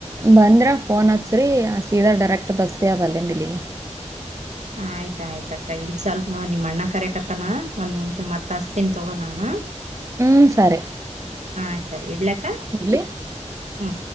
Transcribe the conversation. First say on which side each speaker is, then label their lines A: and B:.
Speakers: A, on the right (about 25°); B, on the right (about 65°).
A: ಬಂದ್ರೆ ಫೋನ್ ಹತ್ಸ್ರರಿ ಸೀದಾ ಡೈರೆಕ್ಟ್ ಬಸ್ಸೇಗೆ ಆವಲ್ಲಂದಲ್ಲಿಗೆ.
B: ಆಯ್ತ ಆಯ್ತಕ್ಕ ಇಲ್ಲಿ ಸ್ವಲ್ಪ ನಿಮ್ಮ ಅಣ್ಣ ಕರಕತ್ತತನಾ ಒಂದ್ ನಿಮಿಷ ಮತ್ತ ಹಚ್ತೀನಿ ತೊಗೋ ನಾನ.
A: ಹ್ಮ ಸರಿ.
B: ಹಾ ಸರಿ ಇಡ್ಲಕ್ಕ.
A: ಇಡ್ಲಿ
B: ಹ್ಮ್